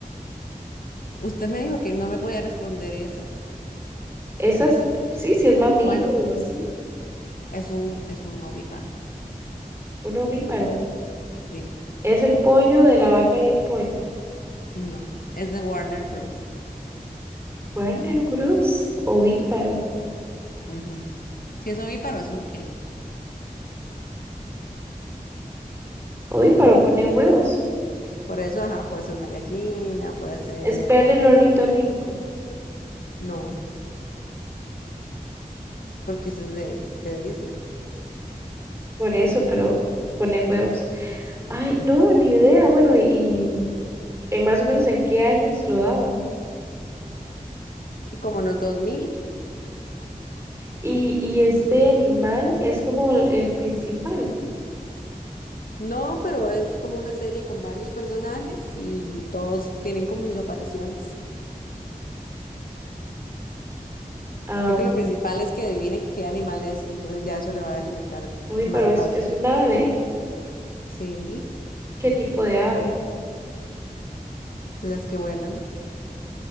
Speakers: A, on the left; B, on the right.
A: Usted me dijo que no me podía responder esa.
B: Esas, sí, sí es mamífero
A: Ah, Bueno,
B: o así.
A: es un, es un ovíparo.
B: Un ovíparo.
A: Sí.
B: Es el pollo de la vaca y el pollo.
A: No. Es de Warner Bros.
B: Warner Bros. Ovíparo.
A: Ujú. Si es ovíparo, ¿es un qué?
B: Ovíparo pone huevos.
A: Por eso, ajá, puede ser una gallina, puede ser.
B: Es perro el ornitorrinco.
A: No, porque eso es de, de Disney.
B: Por eso, pero pone huevos. Ay, no, ni idea. Bueno, y, y en más o menos en qué años lo daban.
A: Como en los dos mil,
B: Y, y este animal es como el, el principal.
A: No, pero es como una serie con varios personajes y todos tienen como sus apariciones.
B: Ah,
A: Creo que lo principal es que adivine qué animal es y entonces ya eso le va a delimitar
B: ovíparo,
A: más
B: es,
A: fácil.
B: es un ave.
A: Sí,
B: ¿Qué tipo de ave?
A: de las que vuelan.